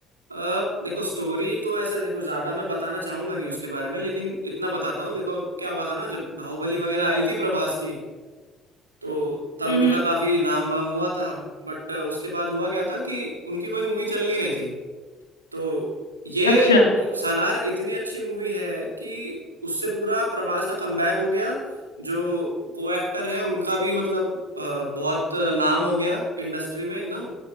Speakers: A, on the right (about 85°); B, on the left (about 80°).
A: अ, देखो स्टोरी तो ऐसा देखो ज्यादा मैं बताना चाहूंगा नहीं उसके बारे में लेकिन इतना बताता हूँ देखो अब क्या हुआ था ना जब बाहुबली वगैरह आई थी प्रभास की तो तब
B: हम्म
A: उनका
B: हम्म,
A: काफी नाम वाम हुआ था बट उसके बाद हुआ क्या था कि उनकी कोई मूवी चल नहीं रही थी तो ये
B: अच्छा
A: सालार इतनी अच्छी मूवी है कि उससे पूरा प्रभास का कमबैक हो गया जो को एक्टर है उनका भी मतलब अ, बहुत नाम हो गया इंडस्ट्री में एकदम